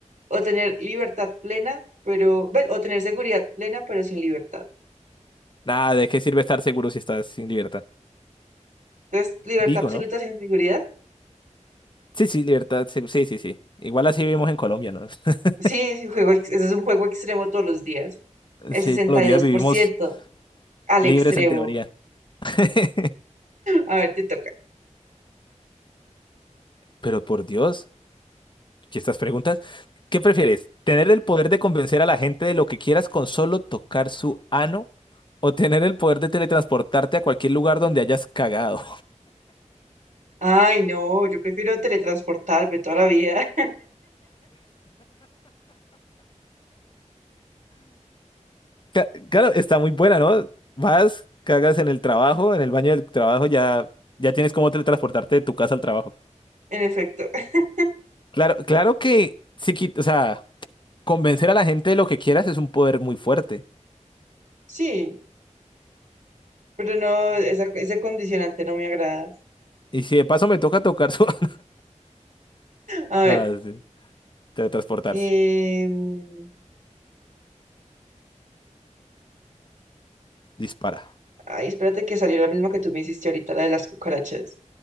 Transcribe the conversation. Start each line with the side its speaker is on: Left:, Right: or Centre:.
Right: ¿O tener libertad plena, pero... ve, o tener seguridad plena, pero sin libertad?
Left: Nada, ¿de qué sirve estar seguro si estás sin libertad?
Right: Entonces, libertad
Left: Digo,
Right: absoluta
Left: ¿no?
Right: sin seguridad.
Left: Sí, sí, libertad. Sí, sí, sí. sí. Igual así vivimos en Colombia, ¿no? <laughs>
Right: Sí, sí, juego, ex- ese es un juego extremo todos los días. El
Left: Sí,
Right: sesenta
Left: todos los días
Right: y dos
Left: vivimos
Right: por ciento al
Left: libres
Right: extremo.
Left: en teoría. <laughs>
Right: A ver, te toca.
Left: Pero por Dios. y estas preguntas. ¿Qué prefieres? ¿Tener el poder de convencer a la gente de lo que quieras con solo tocar su ano? ¿O tener el poder de teletransportarte a cualquier lugar donde hayas cagado?
Right: Ay, no, yo prefiero teletransportarme toda la vida.
Left: <laughs> Ca- Claro, está muy buena, ¿no? Vas, cagas en el trabajo, en el baño del trabajo, ya, ya tienes cómo teletransportarte de tu casa al trabajo.
Right: En efecto, <laughs>
Left: Claro, claro que sí, qui- o sea, convencer a la gente de lo que quieras es un poder muy fuerte.
Right: sí, pero no, esa, ese condicionante no me agrada.
Left: Y si de paso me toca tocar su <laughs> ano,
Right: A ver,
Left: ah, sí, teletransportarse.
Right: em,
Left: Dispara.
Right: ay, espérate que salió la misma que tú me hiciste ahorita, la de las cucarachas.